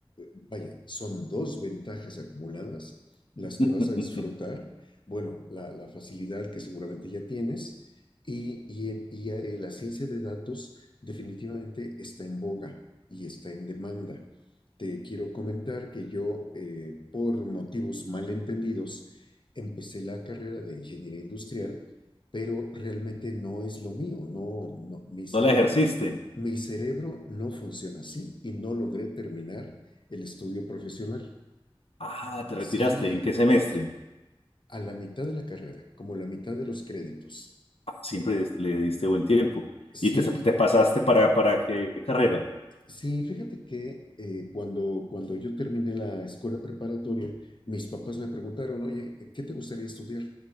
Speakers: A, on the left (about 55°); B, on the left (about 80°).
A: vaya, son dos ventajas acumuladas las
B: <laughs>
A: que vas a disfrutar. Bueno, la, la facilidad que seguramente ya tienes y, y, y eh, la ciencia de datos definitivamente está en boga y está en demanda te quiero comentar que yo, eh, por motivos malentendidos, empecé la carrera de ingeniería industrial, pero realmente no es lo mío, no, no mi cerebro.
B: No la ejerciste.
A: Mi cerebro no funciona así y no logré terminar el estudio profesional.
B: Ah, te retiraste.
A: Sí,
B: ¿En qué semestre?
A: a la mitad de la carrera, como la mitad de los créditos,
B: Ah, siempre es- le diste buen tiempo.
A: sí
B: ¿Y te, te pasaste para, para qué carrera?
A: Sí, fíjate que eh, cuando, cuando yo terminé la escuela preparatoria, mis papás me preguntaron, oye, ¿qué te gustaría estudiar?